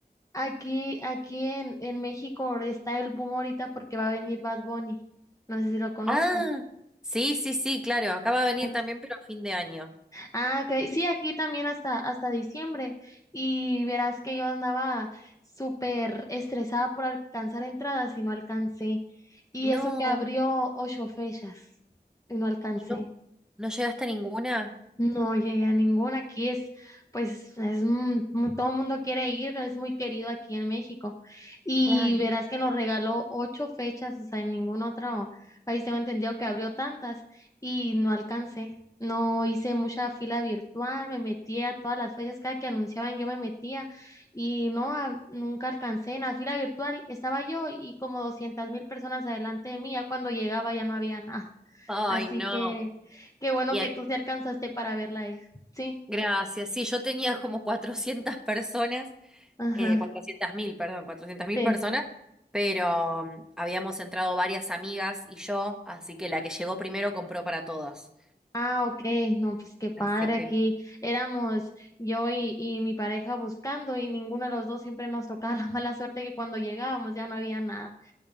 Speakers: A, on the left; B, in the centre.
A: aquí, aquí en, en México está el boom ahorita porque va a venir Bad Bunny. No sé si lo conozcas.
B: Ah, sí, sí, sí, claro, acaba de venir
A: Ok.
B: también, pero a fin de año.
A: Ah, ok. Sí, aquí también hasta, hasta diciembre. Y verás que yo andaba súper estresada por alcanzar entradas y no alcancé. Y
B: No,
A: eso que abrió ocho fechas y no alcancé.
B: y no, no llegaste a ninguna.
A: No llegué a ninguna. Aquí es, pues, es, mu- mu- todo el mundo quiere ir, es muy querido aquí en México. Y
B: Claro.
A: verás que nos regaló ocho fechas, o sea, en ningún otro país tengo entendido que abrió tantas y no alcancé. No hice mucha fila virtual, me metía a todas las fechas, cada que anunciaban yo me metía y no, a- nunca alcancé. En la fila virtual estaba yo y como doscientas mil personas adelante de mí, ya cuando llegaba ya no había nada.
B: Ay,
A: Así
B: no.
A: que qué bueno
B: Y
A: que
B: el-
A: tú sí alcanzaste para verla, hija. Sí,
B: gracias, sí, yo tenía como 400 personas
A: ajá,
B: eh, 400.000 perdón, cuatrocientas mil
A: sí.
B: personas, pero mm, habíamos entrado varias amigas y yo, así que la que llegó primero compró para todos.
A: Ah, ok, no, pues qué padre,
B: Así que...
A: aquí éramos yo y, y mi pareja buscando y ninguno de los dos siempre nos tocaba <laughs> la mala suerte que cuando llegábamos ya no había nada.